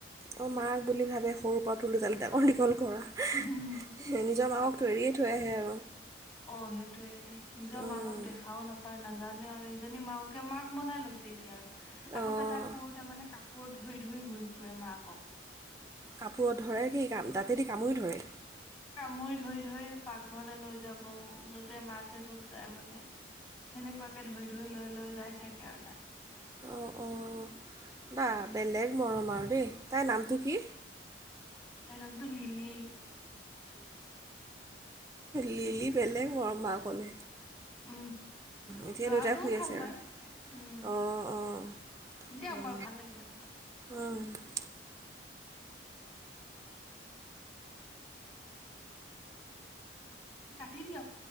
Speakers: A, on the right; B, on the left.
A: অ মাক বুলি ভাবে সৰুৰ পৰা তুলি-তালি ডাঙৰ দীঘল কৰা, নিজৰ
B: উম
A: মাকক এৰিয়ে থৈ আহে আৰু। অ'।
B: অ', সেইটোয়ে নিজৰ
A: উম,
B: মাকক দেখাও নাপায় নাজ নাজানে আৰু এইজনী মাহকে মাক বনাই লৈছে এতিয়া আৰু।
A: অঁ
B: আগতে তাই সৰুতে মানে কাপ ওপৰত ধৰি ধৰি ঘূৰি ফুৰে মাকক।
A: কাপোৰত ধৰে কি কাম, দাঁতেদি কামুৰী ধৰে।
B: কামুৰি ধৰি-ধৰি পাকঘৰলে লৈ যাব, যতে মাকে যত যায় মানে। সেনেকুৱাকে ধৰি-ধৰি লৈ লৈ যাই থাকে। সেয়াই আৰু তাই।
A: অ', অ', বা বেলেগ মৰম আৰু দেই তাইৰ নামটো কি?
B: তাৰ নামটো লিলি।
A: লিলি বেলেগ <unintelligible> আৰু মাক ক'লে
B: উম
A: এতিয়া
B: ল'ৰাটোও
A: দুইটাই শুই
B: ভাল
A: আছে
B: পায়
A: আৰু
B: উম
A: অ',
B: দিয়ক বাৰু ভাল লাগিলে কথা পাতি
A: অ', অ'।
B: কাটি দিয়ক।